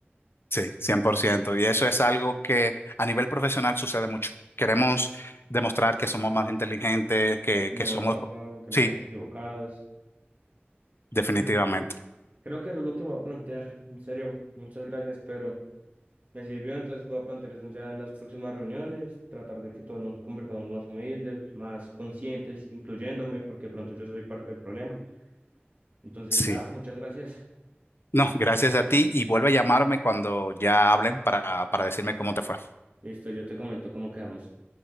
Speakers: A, on the left (about 70°); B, on the right (about 40°).
A: Sí, 100%. Y eso es algo que a nivel profesional sucede mucho. Queremos demostrar que somos más inteligentes, que,
B: que tenemos
A: que somos...
B: la razón, que no
A: Sí,
B: estamos equivocados.
A: definitivamente.
B: Entonces, creo que eso es lo que voy a plantear. En serio, muchas gracias, pero me sirvió, entonces voy a plantear eso ya en las próximas reuniones, tratar de que todos nos convertamos más humildes, más conscientes, incluyéndome, porque pronto yo soy parte del problema. Entonces
A: Sí.
B: ya, muchas gracias.
A: No, gracias a ti y vuelve a llamarme cuando ya hablen para, para decirme cómo te fue.
B: Listo, yo te comento cómo quedamos.